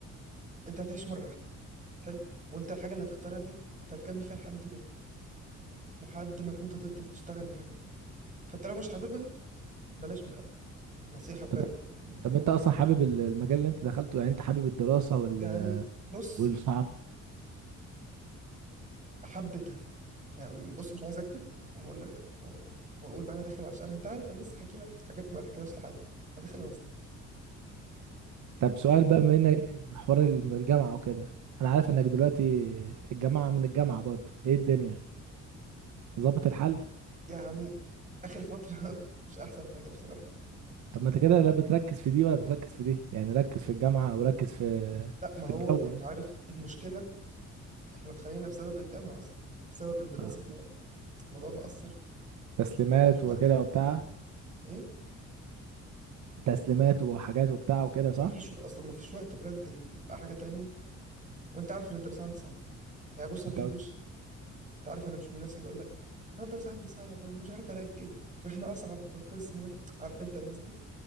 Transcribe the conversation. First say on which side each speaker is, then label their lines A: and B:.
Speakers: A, on the right (about 25°); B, on the right (about 70°).
A: أنت هتعيش مرة واحدة حلو وأنت الحاجة اللي هتختارها دي أنت هتكمل فيها لحد ما تموت لحد ما تموت هتفضل تشتغل الحاجة دي فأنت لو مش حاببها بلاش من الأول نصيحة بجد
B: طب
A: يعني
B: طب أنت أصلا حابب ال- المجال اللي أنت دخلته يعني أنت حابب الدراسة وال
A: يعني بص
B: والصعب
A: حبيتها يعني بص مش عايز أكتب وأقول وأقول بقى أنا داخل عشان أنت عارف أنا لسه حكي لك حاجات ما حكيتهاش لحد أنا داخل أوسط
B: طب سؤال بقى بما انك إيه حوار الم- الجامعة وكده انا عارف انك دلوقتي الجامعة من الجامعة برضه ايه الدنيا ظابط الحل
A: يعني اخر فتره <laughs> مش احسن حاجه بصراحه
B: طب ما انت كده لا بتركز في دي ولا بتركز في دي يعني ركز في الجامعة او ركز في
A: لا
B: في
A: ما هو
B: الجو
A: انت
B: مثلا
A: عارف المشكله احنا اتخانقنا بسبب الجامعه اصلا بسبب الدراسه
B: اه
A: ان الموضوع مأثر فمفيش
B: تسليمات وكده
A: وقت نتكلم
B: وبتاع
A: ايه
B: تسليمات وحاجات وبتاع وكده صح
A: مفيش اصلا مفيش وقت بجد ل- لحاجه تانية وانت عارف ان الدراسه عندي صعبه يعني بص انا
B: انت
A: ما بحبش
B: قل-
A: انت عارف انا مش من الناس اللي اقول لك انا الدراسه عندي صعبه ومش عارف اركز واحنا اصعب قسم وإح... عارف انت الناس دي